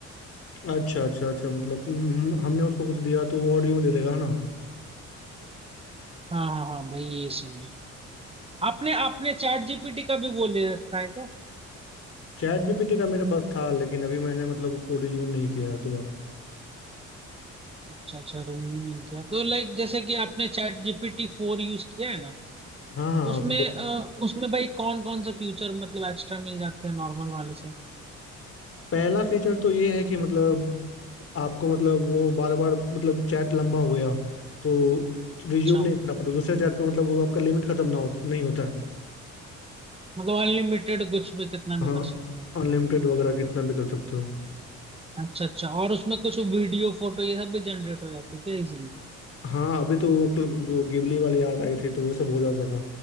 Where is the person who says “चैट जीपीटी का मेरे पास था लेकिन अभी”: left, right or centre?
Left